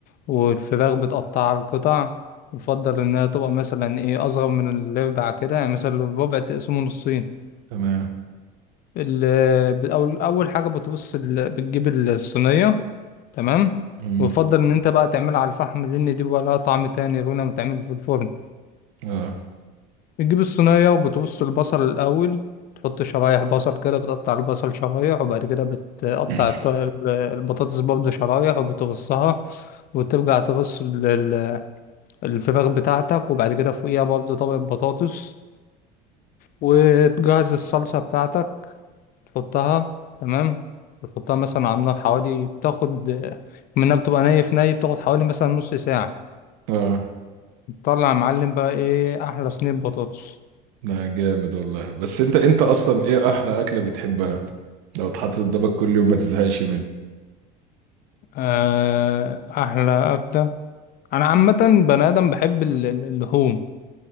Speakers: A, on the left (about 45°); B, on the right (about 80°).
A: والفراخ بتقطعها لقطع يفضل انها تبقى مثلا ايه اصغر من الربع كده يعني مثلا الربع تقسمه نصين
B: تمام
A: ال- أول أول حاجة بتبص ال- بتجيب الصينية تمام
B: مم.
A: ويفضل إن أنت بقى تعملها على الفحم لأن دي بقى لها طعم تاني غير لما تعمل في الفرن
B: آه
A: بتجيب الصينية وبتبص البصل الأول تحط شرايح بصل كده بتقطع البصل شرايح وبعد كده بتقطع
B: <coughs>
A: الط- ال- البطاطس برضه شرايح وبتبصها وترجع تبص ال- ال- الفراخ بتاعتك وبعد كده فوقيها برضه طبق بطاطس وتجهز الصلصة بتاعتك تحطها تمام بتحطها مثلا على النار حوالي بتاخد منها بتبقى ني في ني بتاخد حوالي مثلا نص ساعة
B: آه
A: تطلع يا معلم بقى ايه أحلى صينية بطاطس
B: لا جامد والله بس انت انت اصلا ايه احلى اكله بتحبها لو اتحطت قدامك كل يوم ما تزهقش
A: آه، أحلى أكلة أنا عامة بني آدم بحب ال- ال- اللحوم